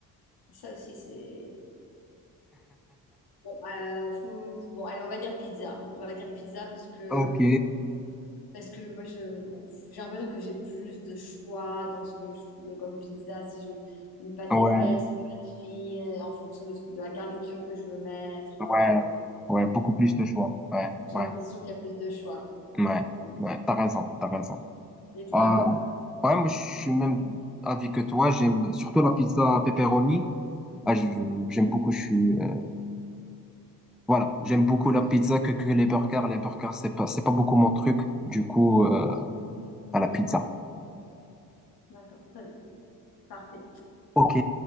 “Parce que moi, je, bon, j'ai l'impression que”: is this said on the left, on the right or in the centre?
Left